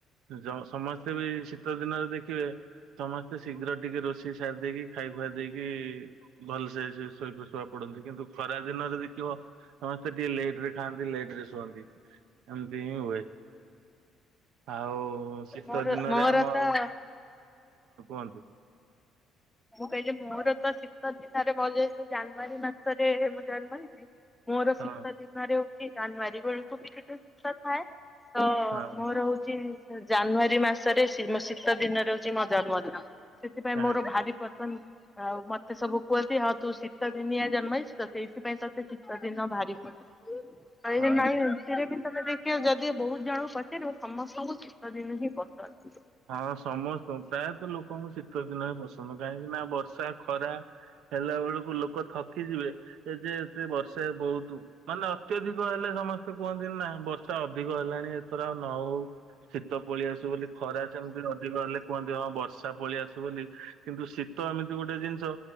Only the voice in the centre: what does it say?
ମୋର
ମୋର
ତ
ମୁଁ କହିଲି ମୋର ତ ଶୀତ ଦିନରେ ମଜ ହେ ସେ ଜାନୁଆରୀ ମାସରେ ମୁଁ ଜନ୍ମ ହେଇଥିଲି ମୋର
ଶତ ଦିନରେ କି ଜାନୁଆରୀ ବେଳକୁ ବି କେତେ ଶିତ ଥାଏ। ତ
ମୋର ହଉଛି ଜାନୁଆରୀ ମାସରେ ସି ଶୀତ ଦିନରେ ହଉଛି ମୋ ଜନ୍ମଦିନ। ସେଥିପାଇଁ
ମୋର ଭାରି ଆଉ ମତେ ସବୁ କୁହନ୍ତି ହଉ ତୁ ଶୀତ ଦିନିଆ ଜନ୍ମହେଇଚୁ ତ ସେଇଥିପାଇଁ ତତେ ଶୀତ ଦିନ ଭାରି ପଡେ ଆ
ନାଇ ଏମିତିରେବି ତରେ ଦେଖିବ ଯଦି ବହୁତ ଜଣଙ୍କୁ ପଚାରିବ ସମସ୍ତଙ୍କୁ ଶୀତ ଦିନ ହିଁ ପସନ୍ଦ। ଥିବ।